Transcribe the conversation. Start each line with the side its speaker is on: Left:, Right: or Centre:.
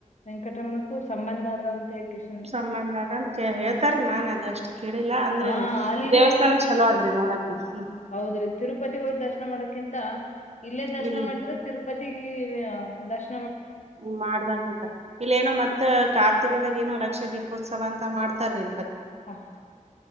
Left: ವೆಂಕಟಮ್ಮನಕ್ಕೂ ಸಂಬಂಧ ಆದಂತೆ ಕಿಶನ್ ರಿ
Right: ಸಂಬಂಧ ಅದ ಅಂತ ಕೇ ಹೇಳ್ತಾರ ನಾನ್ ಅದ ಅಷ್ಟು ಕೇಳಿಲ್ಲ ಅಂದ್ರ
Left: ಹ ಅಲ್ಲಿ
Right: ದೇವಸ್ಥಾನ
Left: ಹೋಯ್ತ್ ತಿರುಪ
Right: ಚಲೋ ಆದ್ರಿ ನೋಡಾಕ ಹ್ಮ್
Left: ಹೌದ್ರಿ ತಿರುಪತಿಗೆ ಹೋಗ್ ದರ್ಶನ ಮಾಡಕ್ ಕಿಂತ ಇಲ್ಲೇ ದರ್ಶನ
Right: ಇಲ್ಲಿ
Left: ಮಾಡಿದ್ರೆ ತಿರುಪತಿ ದರ್ಶ
Right: ಹ್ಮ ಮಾಡ್ದಂಗಂತ ಇಲ್ಲೇಏನೋ ಮತ್ತ ಕಾರ್ ಗಳೆಏನು ಲಕ್ಷ ದೀಪೋತ್ಸವ ಅಂತ ಮಾಡ್ತಾರ್ ರಿ
Left: ಹಾ